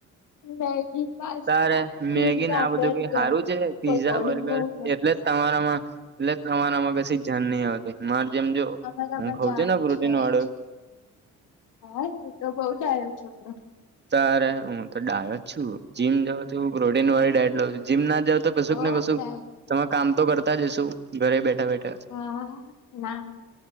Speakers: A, on the left; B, on the right.
A: મેગી. પાસ્તા
B: તારે
A: પીઝા
B: મેગીને આ બધું
A: બર્ગર
B: કઈ સારું છે પીઝા
A: પકોડી
B: બર્ગર
A: મોમોસ
B: એટલે જ તમારામાં એટલે તમારામાં કશી જાન નહ આવતી મારે જેમ જો
A: અમારામાં
B: હું ખઉં
A: જાન
B: છું ને પ્રોટીન
A: છે
B: વાળુ
A: જ હા તુ તો બઉ ડાયો છોકરો.
B: તારે હું તો ડાયો જ છું જીમ જાઉ છું પ્રોટીન વાળી ડાઇટ લઉ છું જીમ ના જાાવ તો કશુંક
A: બઉ
B: ને કશુંક
A: ડાયો હો.
B: તમે કામ તો કરતા જ હશો. ઘરે બેઠા બેઠા
A: હા ના